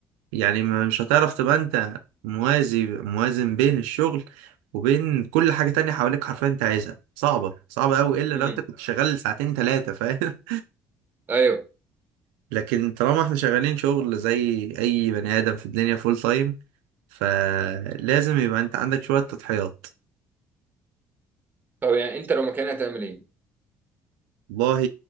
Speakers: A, on the right; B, on the right.
A: يعني ما- مش هتعرف تبقى انت موازي موازن بين الشغل وبين كل حاجة تانية حواليك حرفيا انت عايزها صعبة صعبة قوي الا
B: امم
A: لو انت كنت شغال ساعتين ثلاثة فاهم
B: ايوه
A: <laughs> لكن طالما احنا شغالين شغل زي اي بني ادم في الدنيا فول تايم فلازم يبقى انت عندك شوية تضحيات
B: طب يعني انت لو مكاني هتعمل ايه؟
A: والله